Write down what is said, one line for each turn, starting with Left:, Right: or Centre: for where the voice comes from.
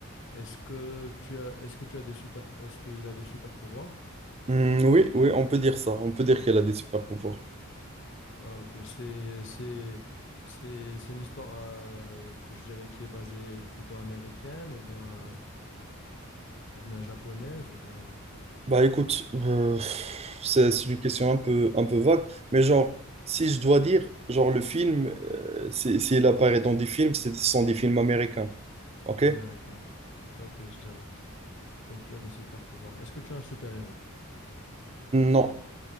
Left: Est-ce que tu as, est-ce que tu as des super, est-ce qu'il a des super pouvoirs?
Right: Hum, oui, oui, on peut dire ça. On peut dire qu'elle a des super pouvoirs.
Left: Ah, ok, c'est, c'est, c'est, c'est une histoire euh, que je dirais qui est basée plutôt américaine ou bien, ou bien japonaise ou bien
Right: Bah écoute, euh, c'est c'est une question un peu, un peu vague, mais genre, si je dois dire, genre le film, euh, si- s'il apparaît dans des films, c'est- ce sont des films américains, ok?
Left: américaine. Ok, je dirais. Et tu as des super pouvoirs. Est-ce que tu as un super héros?
Right: Non,